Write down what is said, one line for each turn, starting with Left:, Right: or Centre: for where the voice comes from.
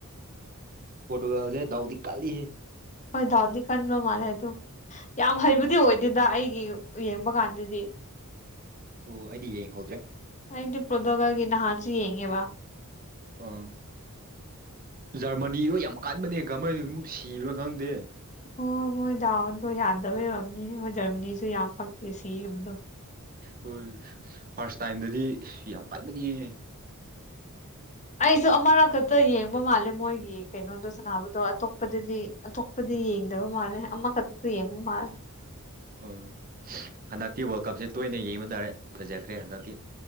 Right: ꯄꯣꯇꯨꯒꯜꯁꯦ ꯗꯗꯥꯎꯗꯤ ꯀꯥꯂꯤ ꯍꯦ
Left: ꯍꯣꯏ ꯗꯥꯎꯗꯤ ꯀꯟꯕ ꯃꯥꯜꯂꯦ ꯑꯗꯨ ꯌꯥꯝ ꯍꯩꯕꯨꯗꯤ
Right: ꯎꯝ
Left: ꯑꯣꯏꯗꯦꯗ ꯑꯩꯒꯤ ꯌꯦꯡꯕ ꯀꯥꯟꯗꯗꯤ
Right: ꯑꯣ ꯑꯩꯗꯤ ꯌꯦꯡꯍꯧꯗ꯭ꯔꯦ
Left: ꯑꯩꯗꯤ ꯄ꯭ꯔꯣꯗꯒꯥꯒꯤ ꯅꯍꯥꯟꯁꯨ ꯌꯦꯡꯉꯦꯕ
Right: ꯑꯥ ꯖꯔꯃꯅꯤꯗꯣ ꯌꯥꯝ ꯀꯟꯕꯅꯦ ꯀꯃꯥꯏꯅ ꯑꯃꯨꯛ ꯁꯤꯕ꯭ꯔꯥ ꯈꯪꯗꯦ
Left: ꯑꯣ ꯃꯣꯏ ꯗꯥꯎꯗꯣ ꯌꯥꯗꯕꯩ ꯑꯣꯏꯔꯝꯅꯤ ꯍꯣꯏ ꯖꯔꯃꯅꯤꯁꯨ ꯌꯥꯝ ꯄꯛꯇꯦ ꯁꯤꯕꯗꯣ
Right: ꯍꯣꯏ ꯐꯥꯔꯁ ꯇꯥꯏꯝꯗꯗꯤ ꯌꯥꯝ ꯀꯟꯕꯅꯤꯍꯦ
Left: ꯑꯩꯁꯨ ꯑꯃꯔꯛ ꯈꯛꯇ ꯌꯦꯡꯕ ꯃꯥꯜꯂꯦ ꯃꯣꯏꯒꯤ ꯀꯩꯅꯣꯗꯣ ꯁꯥꯟꯅꯕꯗꯣ ꯑꯇꯣꯞꯄꯗꯗꯤ ꯑꯇꯣꯞꯄꯗꯤ ꯌꯦꯡꯗꯕ ꯃꯥꯜꯂꯦ ꯑꯃꯈꯛꯇ ꯌꯦꯡꯕ ꯃꯥꯜꯂꯦ
Right: ꯎꯝ ꯍꯟꯗꯛꯇꯤ ꯋꯥꯔꯜ ꯀꯞꯁꯦ ꯇꯣꯏꯅ ꯌꯦꯡꯕ ꯇꯥꯔꯦ ꯐꯖꯈ꯭ꯔꯦ ꯍꯟꯗꯛꯇꯤ